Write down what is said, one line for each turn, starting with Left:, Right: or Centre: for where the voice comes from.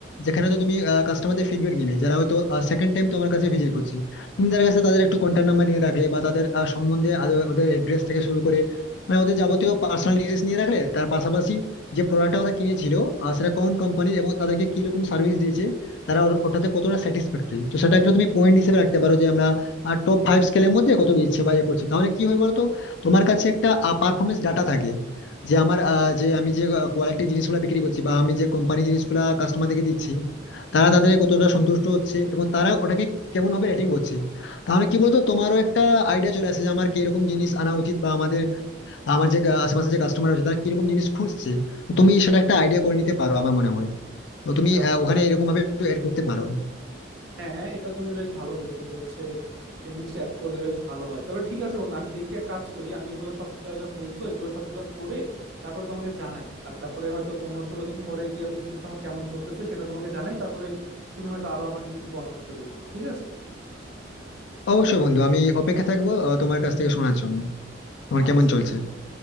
Left: যেখানে তো তুমি কাস্টমারদের ফিডব্যাক নিবে যারা হয়তো সেকেন্ড টাইম তোমার কাছে ভিজিট করছে তুমি তাদের কাছে তাদের একটু কন্ট্যাক্ট নাম্বার নিয়ে রাখলে বা তাদের আহ, সম্বন্ধে আদৌ- ওদের অ্যাড্রেস থেকে শুরু করে মানে ওদের যাবতীয় পার্সোনাল ডিটেলস নিয়ে রাখলে তার পাশাপাশি যে প্রোডাক্টটা ওরা কিনেছিল আহ, সেটা কোন কোম্পানির এবং তাদেরকে কিরকম সার্ভিস দিয়েছে তারা ওর- ওটাতে কতটা স্যাটিসফ্যাক্টরি তো সেটা একটা তুমি পয়েন্ট হিসেবে রাখতে পারো যে আমরা টপ ফাইভ স্কেলের মধ্যে কত দিচ্ছে বা ইয়ে করছে তাহলে কি হয় বলতো তোমার কাছে একটা পারফরমেন্স ডাটা থাকে যে আমার আহ, যে আমি যে কোয়ালিটি জিনিসগুলো বিক্রি করছি বা আমি যে কোম্পানি জিনিসগুলো কাস্টমারদেরকে দিচ্ছি তারা তাদের কতটা সন্তুষ্ট হচ্ছে এবং তারা ওটাকে কেমন ভাবে রেটিং করছে তাহলে কি বলতো তোমারও একটা আইডিয়া চলে আসে যে আমার কিরকম জিনিস আনা উচিত বা আমাদের আমার যে আহ, আশেপাশে যে কাস্টমার আছে তারা কিরকম জিনিস খুঁজছে তো তুমি সেটা একটা আইডিয়া করে নিতে পারো আমার মনে হয় তো তুমি
Right: আচ্ছা আচ্ছা
Left: আহ, ওখানে এরকম ভাবে একটু এড করতে পারো
Right: হ্যাঁ এটা তুমি বেশ ভালো বলছো যে হচ্ছে এই জিনিসটা অ্যাড করলে বেশ ভালো হয় তাহলে ঠিক আছে বন্ধু আমি দেখি এক কাজ করি আমি এগুলো সব যা যা বলছো এগুলো সবগুলো করে তারপরে তোমাকে জানাই আর তারপরে হয়তো পনেরো ষোলো দিন পরে গিয়া বিজনেস আমার কেমন চলতেছে সেটা তোমাকে জানাই তারপরে তুমি হয়তো আরো আমাকে কিছু পরামর্শ দিলে ঠিক আছে
Left: অবশ্যই বন্ধু আমি অপেক্ষা থাকবো আহ, তোমার কাছ থেকে শোনার জন্য তোমার
Right: আচ্ছা
Left: কেমন চলছে